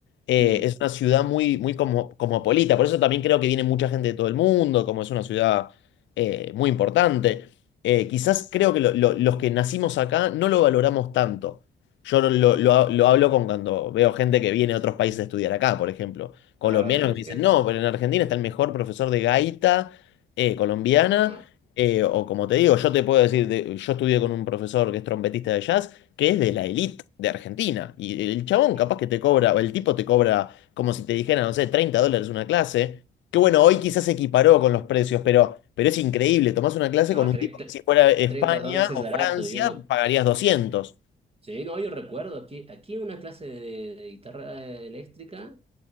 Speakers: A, on the left (about 75°); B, on the right (about 30°).
A: Eh,
B: Mm.
A: es una ciudad muy, muy como, cosmopolita, por eso también creo que viene mucha gente de todo el mundo, como es una ciudad eh, muy importante. Eh, quizás creo que lo- lo- los que nacimos acá no lo valoramos tanto. Yo no lo, lo- lo hablo con cuando veo gente que viene de otros países a estudiar acá, por ejemplo. Colombianos
B: Claro,
A: que
B: es,
A: me dicen,
B: es.
A: no, pero en Argentina está el mejor profesor de gaita eh, colombiana.
B: ah,
A: eh, o como te digo, yo te puedo decir, de- yo estudié con un profesor que es trompetista de jazz, que es de la elite de Argentina. Y el chabón
B: mm.
A: capaz que te cobra, o el tipo te cobra como si te dijera, no sé, 30 dólares una clase. Que bueno, hoy quizás se equiparó con los precios, pero, pero es increíble. Tomás una clase
B: No,
A: con un
B: treinta
A: tipo que si fuera España
B: 30 dólares es
A: o
B: barato.
A: Francia,
B: Yo me...
A: pagarías doscientos
B: Sí, no, yo recuerdo aquí, aquí una clase de, de guitarra eléctrica